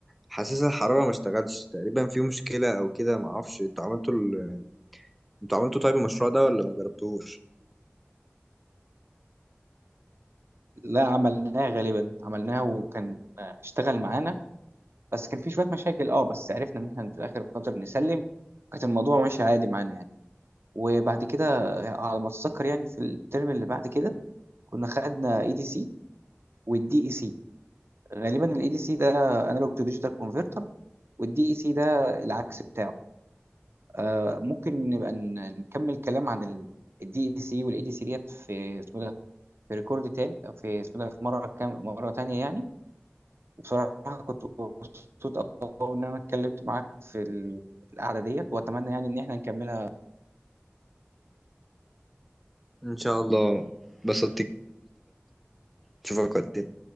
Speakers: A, in the centre; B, on the right.
A: حساس الحرارة ما اشتغلش تقريبا في مشكلة او كده ما اعرفش انتوا عملتوا ال... انتوا عملتوا طيب المشروع ده ولا ما جربتوش
B: لا عملناها غالبا عملناها وكان آه، اشتغل معانا بس كان في شويه مشاكل اه بس عرفنا ان احنا في الاخر خاطر نسلم كانت الموضوع ماشي عادي معانا يعني وبعد كده آه، على ما اتذكر يعني في الترم اللي بعد كده كنا خدنا اي دي سي والدي اي سي غالبا الاي دي سي ده انالوج تو ديجيتال كونفرتر والدي اي سي ده العكس بتاعه آه، ممكن نبقى ن- نكمل كلام عن الدي اي سي والاي دي سي ديت في اسمه ده في ريكورد تاني في اسمه ده في مره كام مره تانية يعني وبصراحه كنت مبسوط قوي ان انا اتكلمت معاك في ال- القعده ديت واتمنى يعني ان احنا نكملها
A: ان شاء الله بس اشوفك وقت تاني.